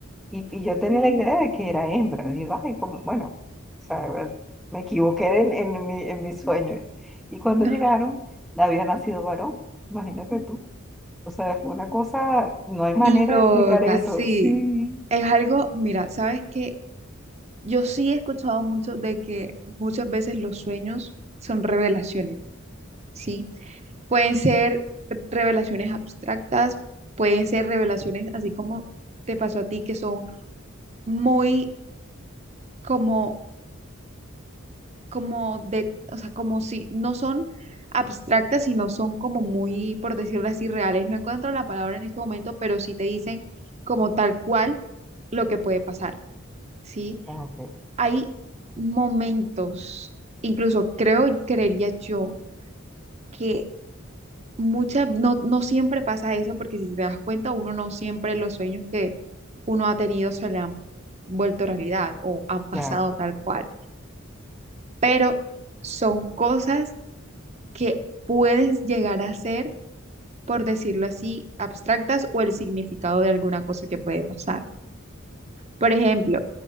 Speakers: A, in the centre; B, on the right.
A: y, y yo tenía la idea de que era hembra. Y digo, ay, como, bueno, o sea, bueno, me equivoqué en, en mi, en mi sueño. Y cuando
B: Ajá.
A: llegaron, había nacido varón, imagínate tú. O sea, fue una cosa, no hay manera
B: loca,
A: de explicar eso.
B: sí.
A: Sí.
B: Es algo, mira, ¿sabes qué? Yo sí he escuchado mucho de que muchas veces los sueños son revelaciones, ¿sí? Pueden ser revelaciones abstractas, pueden ser revelaciones así como te pasó a ti, que son muy como, como de, o sea, como si no son abstractas, sino son como muy, por decirlo así, reales. No encuentro la palabra en este momento, pero sí te dicen como tal cual lo que puede pasar, ¿sí?
A: Ah, Ok,
B: hay momentos, incluso creo, y creería yo, que muchas, no, no siempre pasa eso, porque si te das cuenta, uno no siempre los sueños que uno ha tenido se le han vuelto realidad o han pasado
A: claro.
B: tal cual, pero son cosas que puedes llegar a ser, por decirlo así, abstractas o el significado de alguna cosa que puede pasar. Por ejemplo,